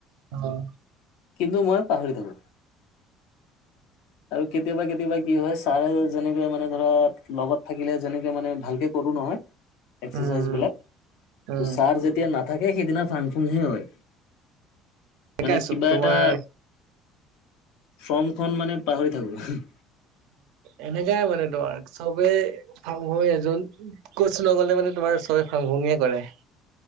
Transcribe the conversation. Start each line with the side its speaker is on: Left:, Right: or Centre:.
Right: অঁ
Left: কিন্তু মই পাহৰি থাকো আৰু কেতিয়াবা কেতিয়াবা কি হয়, ছাৰে যেনেকে মানে ধৰা লগত থাকিলে যেনেকে মানে ভালকে কৰো নহয়, এক্
Right: উম,
Left: বিলাক
Right: উম,
Left: তেতিয়া নাথাকে সেইদিনা ফাং- ফুংহে হয়।
Right: এনেকাই
Left: মানে
Right: চব
Left: কিবা
Right: তোমাৰ
Left: এটা, ফৰ্মখন মানে পাহৰি থাকো।
Right: এনেকাই মানে তোমাৰ চবে ফাং ফুং এ কোচ নগলে মানে তোমাৰ চবে ফাং ফুং এ কৰে।